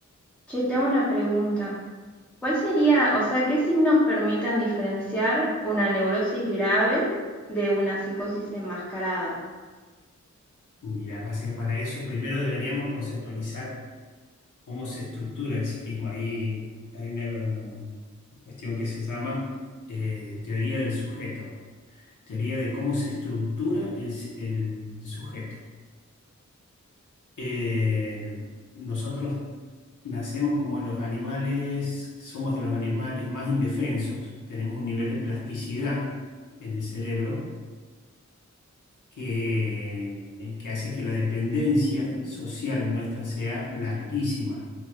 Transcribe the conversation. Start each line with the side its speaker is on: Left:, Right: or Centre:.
Centre: Che, tengo una pregunta. ¿Cuál sería, o sea, qué signos permiten diferenciar una neurosis grave de una psicosis enmascarada?
Left: Mira, pasa que para eso primero deberíamos conceptualizar cómo se estructura el psiquismo. Ahí hay una eh, cuestión que se llama eh, teoría del sujeto, teoría de cómo se estructura el, s- el sujeto. Eh, nosotros nacemos como los animales, somos de los animales más indefensos, tenemos un nivel de plasticidad en el cerebro que, que hace que la dependencia social nuestra sea larguísima.